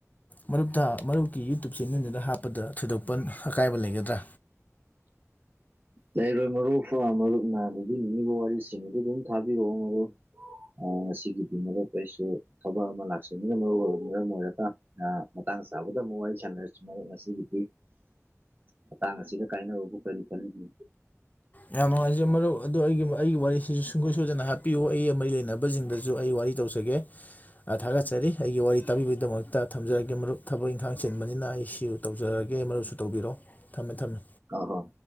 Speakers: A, on the left; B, on the right.
A: ꯃꯔꯨꯞꯇ ꯃꯔꯨꯞꯀꯤ ꯌꯨꯇꯨꯞ ꯆꯦꯅꯦꯜꯗꯨꯗ ꯍꯥꯞꯄꯗ ꯊꯣꯏꯗꯣꯛꯄ ꯑꯀꯥꯏꯕ ꯂꯩꯒꯗ꯭ꯔꯥ
B: ꯂꯩꯔꯣꯏ ꯃꯔꯨꯞ ꯐꯥ ꯃꯔꯨꯞꯅ ꯂꯤꯕꯤꯅꯤꯡꯉꯤꯕ ꯋꯥꯔꯤꯁꯤꯡꯗꯨ ꯑꯗꯨꯝ ꯊꯥꯕꯤꯔꯛꯑꯣ ꯃꯔꯨꯞ ꯑꯥ ꯉꯁꯤꯒꯤꯗꯤ ꯃꯔꯨꯞ ꯑꯩꯁꯨ ꯊꯕꯛ ꯑꯃ ꯂꯥꯛꯆꯕꯅ ꯃꯔꯨ ꯑꯣꯏꯕꯅ ꯃꯔꯝ ꯑꯣꯏꯔꯒ ꯑꯥ ꯃꯇꯥꯡ ꯆꯥꯕꯗ ꯑꯃꯨꯛ ꯋꯥꯔꯤ ꯁꯥꯟꯅꯔꯁꯤ ꯃꯔꯨꯞ ꯉꯁꯤꯒꯤꯗꯤ ꯃꯇꯥꯡ ꯑꯁꯤꯗ ꯀꯥꯏꯅꯕꯕꯨ ꯀꯔꯤ ꯈꯜꯂꯤꯒꯦ
A: ꯌꯥꯝ ꯅꯨꯡꯉꯥꯏꯖꯩ ꯃꯔꯨꯞ ꯑꯗꯣ ꯑꯩꯒꯤ ꯑꯩꯒꯤ ꯋꯥꯔꯤꯁꯤꯁꯨ ꯁꯨꯡꯁꯣꯏ ꯁꯣꯏꯗꯅ ꯍꯥꯞꯄꯤꯌꯨ ꯑꯩꯒ ꯃꯔꯤ ꯂꯩꯅꯕꯁꯤꯡꯗꯁꯨ ꯑꯩ ꯋꯥꯔꯤ ꯇꯧꯖꯒꯦ <unintelligible> ꯊꯥꯒꯠꯆꯔꯤ ꯑꯩꯒꯤ ꯋꯥꯔꯤ ꯇꯥꯕꯤꯕꯒꯤꯗꯃꯛꯇ ꯊꯝꯖꯔꯒꯦ ꯃꯔꯨꯞ ꯊꯕꯛ ꯏꯪꯈꯥꯡ ꯆꯤꯟꯕꯅꯤꯅ ꯑꯩꯁꯨ ꯇꯧꯖꯔꯒꯦ ꯃꯔꯨꯞꯁꯨ ꯇꯧꯕꯤꯔꯣ ꯊꯝꯃꯦ ꯊꯝꯃꯦ
B: ꯑꯥ ꯑꯥ